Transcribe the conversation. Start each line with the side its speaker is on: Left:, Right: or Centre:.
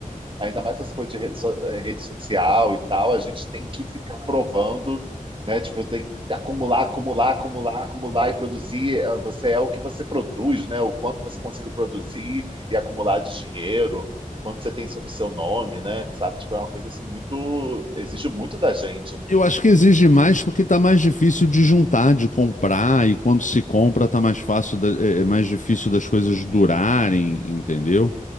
Right: ainda mais essas coisas de rede, so- eh, rede social e tal, a gente tem que ficar provando, né? Tipo, tem que acumular, acumular, acumular, acumular e produzir. Eh, Você é o que você produz, né? O quanto você conseguiu produzir e acumular de dinheiro, o quanto você tem sobre o seu nome, né? Sabe? Tipo, é uma coisa assim muito, exige muito da gente. né?
Left: Eu acho que exige mais porque tá mais difícil de juntar, de comprar, e quando se compra tá mais fácil, da- é, é mais difícil das coisas durarem, entendeu?